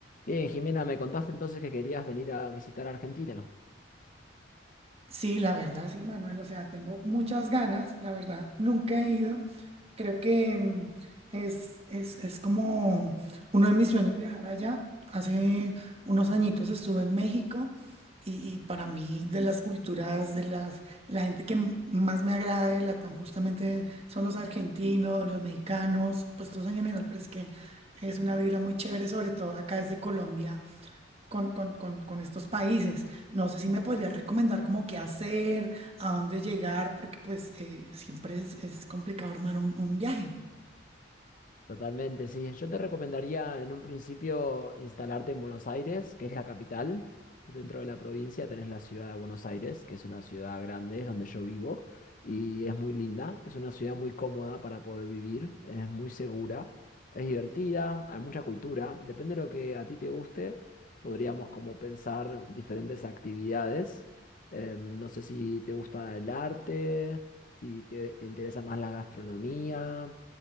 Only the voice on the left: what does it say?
Bien, Jimena, me contaste entonces que querías venir a visitar Argentina.
Totalmente, sí. Yo te recomendaría en un principio instalarte en Buenos Aires, que es la capital. Dentro de la provincia tenés la ciudad de Buenos Aires, que es una ciudad grande, es donde yo vivo, y es muy linda, es una ciudad muy cómoda para poder vivir, es muy segura, es divertida, hay mucha cultura, depende de lo que a ti te guste, podríamos como pensar diferentes actividades. Eh, no sé si te gusta el arte, si te te interesa más la gastronomía.